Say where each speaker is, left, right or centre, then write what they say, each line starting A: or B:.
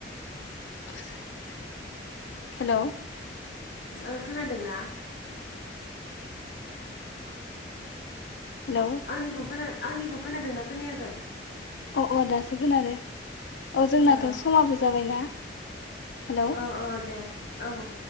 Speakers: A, on the left; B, on the left.
A: <unintelligible> हेल'।
B: ओ खोनादों ना?
A: हेल'‌।
B: आंनिखौ खोना आंनिखौ खोनादोंना खोनायाखै?
A: अ अ दासो खोनादों। अ जोंनाथ'
B: ओ
A: समाबो जाबायना। हेल!
B: अअ दे औ औ।